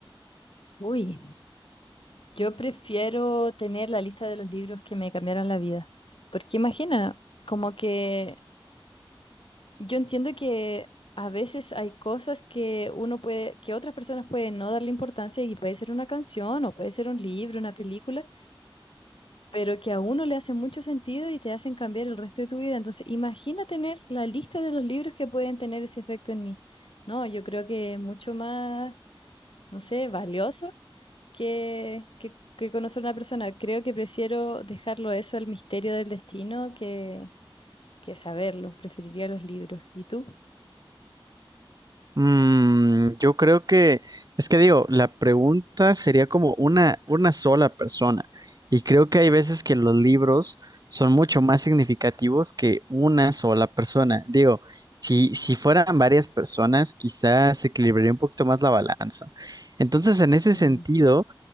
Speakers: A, on the left; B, on the right.
A: Uy, yo prefiero tener la lista de los libros que me cambiaron la vida. Porque imagina, como que yo entiendo que a veces hay cosas que uno puede, que otras personas pueden no darle importancia y puede ser una canción o puede ser un libro, una película pero que a uno le hace mucho sentido y te hacen cambiar el resto de tu vida. Entonces, imagina tener la lista de los libros que pueden tener ese efecto en mí. No, yo creo que es mucho más, no sé, valioso que, que, que conocer a una persona. Creo que prefiero dejarlo eso al misterio del destino que, que saberlo. Preferiría los libros. ¿Y tú?
B: Mm, yo creo que, es que digo, la pregunta sería como una, una sola persona. Y creo que hay veces que los libros son mucho más significativos que una sola persona. Digo, si, si fueran varias personas, quizás se equilibraría un poquito más la balanza. Entonces, en ese
A: Mm.
B: sentido,